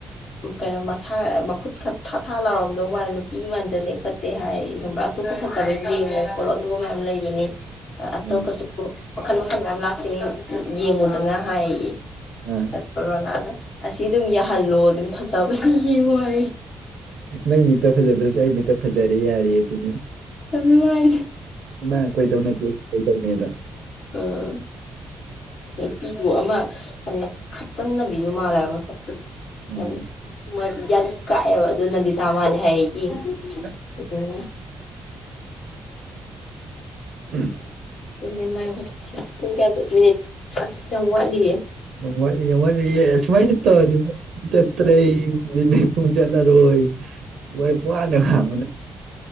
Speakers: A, on the left; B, on the right.
A: ꯎꯝ ꯀꯩꯅꯣ ꯃꯁꯥ ꯃꯈꯨꯠ ꯈꯥ ꯊꯥ ꯊꯥ ꯂꯥꯎꯔꯝꯗꯧ ꯃꯥꯂꯦ ꯅꯨꯄꯤ ꯃꯥꯟꯖꯗꯦ ꯈꯣꯠꯇꯦ ꯍꯥꯏꯌꯦꯌꯦ ꯈꯪꯕ꯭ꯔꯥ ꯑꯇꯣꯞꯄ ꯐꯖꯕ ꯗ <inaudible> ꯌꯦꯡꯉꯣ ꯈꯣꯠꯂꯣ ꯑꯇꯣꯞꯄ ꯃꯌꯥꯝ ꯂꯩꯕꯅꯦ ꯑꯇꯣꯞꯄꯗꯨ
B: ꯎꯝ
A: ꯃꯈꯜ ꯃꯈꯜ ꯃꯌꯥꯝ ꯂꯥꯛꯈꯤꯅꯤ ꯌꯦꯡꯉꯨꯗꯅ ꯍꯥꯏꯌꯦꯌꯦ
B: ꯑ ꯑ
A: ꯑꯗꯣ ꯔꯣꯅꯥꯜꯅ ꯑꯁꯤ ꯑꯗꯨꯝ ꯌꯥꯍꯜꯂꯣ ꯑꯗꯨꯝ ꯐꯖꯕꯅꯤ ꯌꯦꯡꯉꯣ ꯍꯥꯏꯌꯦ
B: ꯅꯪ ꯃꯤꯠꯇ ꯐꯖꯗ꯭ꯔꯖꯨ ꯑꯩ ꯃꯤꯠꯇ ꯐꯖꯔꯦ ꯌꯥꯔꯦ ꯑꯗꯨꯅꯤꯅꯦ
A: ꯑꯗꯨꯅꯦ ꯍꯥꯏꯖꯦ
B: ꯅꯪꯅ ꯀꯣꯏꯗꯧ ꯅꯠꯇꯦ ꯑꯩꯅ ꯀꯣꯏꯗꯧꯅꯦꯗꯣ
A: ꯎꯝ ꯅꯨꯄꯤꯗꯨ ꯑꯃ ꯌꯥꯝꯅ ꯈꯠꯆꯟꯅꯕꯤꯖꯨ ꯃꯥꯜꯂꯦꯕ ꯃꯁꯛꯇꯣ
B: ꯎꯝ
A: ꯌꯥꯝꯅ ꯃꯥ ꯌꯥꯔꯤ ꯀꯥꯛꯑꯦꯕ ꯑꯗꯨꯅ ꯅꯟꯗꯤꯇꯥ ꯃꯥꯜꯂꯦ ꯍꯥꯌꯦꯌꯦ
B: ꯑꯁ
A: ꯎꯝ
B: ꯎꯝ
A: ꯑꯗꯨꯅꯦ ꯃꯥꯥꯏ ꯋꯥꯔꯤꯁꯦ ꯄꯨꯡ ꯀꯌꯥꯗ ꯃꯤꯅꯤꯠ ꯑꯁ ꯌꯥꯝ ꯋꯥꯠꯂꯤꯌꯦ
B: ꯌꯥꯝ ꯋꯥꯠꯂꯤ ꯌꯥꯝ ꯋꯥꯠꯂꯤꯌꯦ ꯁꯨꯃꯥꯏꯅ ꯁꯨꯝ ꯇꯧꯔꯗꯤ ꯄꯨꯡ ꯆꯠꯇ꯭ꯔꯦ ꯃꯤꯅꯤꯠ ꯄꯨꯡ ꯆꯠꯂꯔꯣꯏ ꯍꯣꯏ ꯋꯥꯔꯤ ꯋꯥꯅ ꯈꯥꯡ